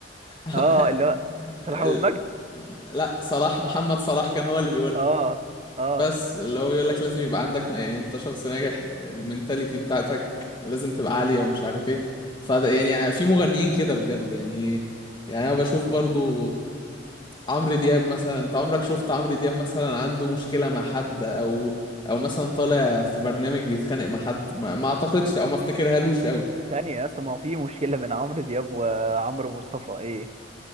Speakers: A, on the left (about 25°); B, on the right (about 35°).
A: <laughs>
B: اه اللي هو
A: ال-
B: طلع والمجد
A: لا صلاح محمد صلاح كان هو اللي بيقولها
B: اه اه
A: بس اللي هو بيقول لك لازم يبقى عندك يعني انت شخص ناجح المينتاليتي بتاعتك لازم تبقى عالية ومش عارف ايه فده يعني في مغنيين كده بجد يعني يعني انا بشوف برضو عمرو دياب مثلا انت عمرك شفت عمرو دياب مثلا عنده مشكلة مع حد او او مثلا طالع في برنامج بيتخانق مع حد ما, ما اعتقدش او ما افتكرهالوش قوي
B: ثانيه يا اسطى ما هو في مشكله بين عمرو دياب وعمرو مصطفى ايه